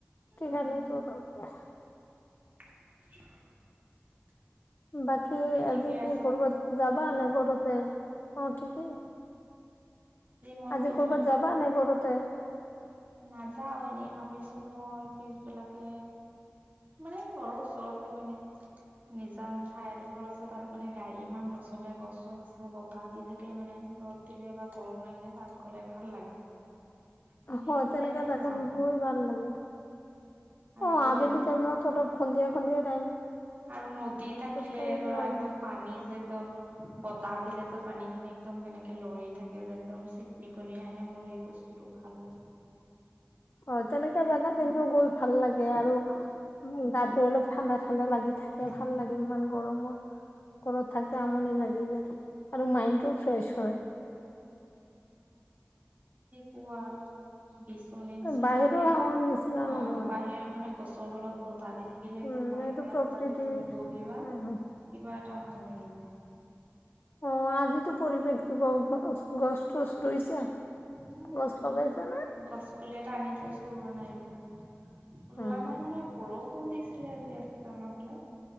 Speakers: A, on the left; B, on the right.
A: কি
B: উম
A: খালে তোৰ বেয়া?
B: <inaudible>
A: বাকী
B: ঠিকে
A: আজি কি
B: আছা
A: কৰবাত যাবা, - আনে ঘৰতে, অ' ঠিকেই।
B: মই
A: আজি
B: পিছবেলাকে
A: কৰ'বাত যাবা নে, ঘৰতে?
B: নাযাও এনেই ভাবিছো মই পিছ বিলাকে মানে ঘৰৰ ওচৰতে মানে নিজান ঠাইডোখৰ আছে তাত মানে গাড়ী ইমান নচলে গছ- চছ আছে, বতাহ দি থাকে মানে ৰ'দ দিলে বা গৰম লাগে তাত গলে ভাল লাগে। মানে
A: হয়।
B: সেইফালে
A: তেনেকে
B: এনেই
A: তাকে
B: যাম
A: গৈ ভাল লাগে
B: আৰু
A: অ ', -আবেলি
B: যদি
A: টাইমত, মোক খুন্দিয়াই- খুন্দিয়াই, -
B: আৰু নদী থাকিলে
A: কাঢ়িলে
B: ধৰা,
A: ভাল
B: একদম
A: লাগে
B: পানী যে একদম বতাহ দিলে যে, পানী খিনি একদম কেনেকে লৰি থাকে যে একদম চি, মিকনি আহে মোৰ সেই বস্তুটো, - ভাল লাগে।
A: হয় তেনেকা <unintelligible> ভাল লাগে আৰু মোৰ গাতো অলপ ঠাণ্ডা- -ঠাণ্ডা লাগি
B: উম
A: থাকে। ভাল লাগে ইমান গৰম, ঘৰত থাকিও আমনি লাগি যায় আৰু মাইনদটো ফ্ৰেছ হয়।
B: কোৱা বিচ চ চনীক
A: বাহিৰৰ হাৱাৰ
B: অ
A: নিচিনা নহয়,
B: বাহিৰত মানে গছ <unintelligible> বাহিৰত বতাহ দি থাকিলে একদম
A: উম
B: লাহে
A: এইটো
B: লাহে
A: প্ৰকৃতিৰ
B: বতাহ দি থাকিলে তুমি বহিবা
A: আহ,
B: কিবা এটা ভাল লাগি যায়
A: অ আজি তো পৰিৱেশ দিৱস গছ তছ ৰুইছা,
B: উম আমাৰ
A: গছ লগাইছা নে?
B: গছ পুলি এটা আনি থৈছো ৰোৱা নাই ৰুম উম
A: উম,
B: ৰোৱা নাই মানে বৰষুণ বৰষুণ দিছিলে আৰু আজি আমাৰ ফালে